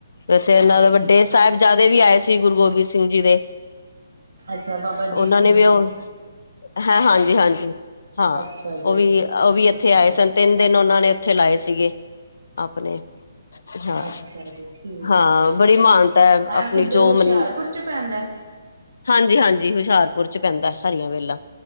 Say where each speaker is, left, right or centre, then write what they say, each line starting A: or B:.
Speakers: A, on the left; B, on the right.
A: ਇਥੇ
B: ਅੱਛਾ
A: ਇਹਨਾਂ ਦੇ ਵੱਡੇ
B: ਅੱਛਾ
A: ਫੇਰ ਸਾਹਿਬਜ਼ਾਦੇ ਵੀ ਆਏ ਸੀ ਗੁਰੂ ਗੋਬਿੰਦ ਸਿੰਘ ਜੀ ਦੇ
B: ਅੱਛਾ ਬਾਬਾ ਅਜੀਤ
A: ਉਹਨਾਂ
B: ਸਿੰਘ
A: ਨੇ ਵੀ
B: ਜੀ
A: ਉਹ ਹੈ ਹਾਂਜੀ ਹਾਂਜੀ ਹਾਂ
B: ਅੱਛਾ ਜੀ
A: ਉਹ
B: ਅੱਛਾ
A: ਵੀ
B: ਅੱਛਾ
A: ਉਹ
B: ਅੱਛਾ
A: ਵੀ ਇੱਥੇ
B: ਅੱਛਾ
A: ਆਏ
B: ਅੱਛਾ
A: ਸਨ ਤਿੰਨ ਦਿਨ ਉਹਨਾਂ ਨੇ ਉੱਥੇ ਲਾਏ ਸੀਗੇ ਆਪਣੇ ਹਾਂ
B: ਅੱਛਾ ਜੀ ਠੀਕ
A: ਹਾਂ
B: ਹੈ ਠੀਕ ਹੈ
A: ਬੇ ਬੜੀ
B: ਠੀਕ
A: ਮਹਾਨਤਾ ਹੈ
B: ਐ
A: ਆਪਣੀ
B: ਕਿੱਧਰ
A: ਜੋ
B: ਹੁਸ਼ਿਆਰਪੁਰ
A: ਮਨ
B: ਚ ਪੈਂਦਾ
A: ਹਾਂਜੀ ਹਾਂਜੀ ਹੁਸ਼ਿਆਰਪੁਰ ਚ ਪੈਂਦਾ ਹਰੀਆਂ ਵੇਲਾ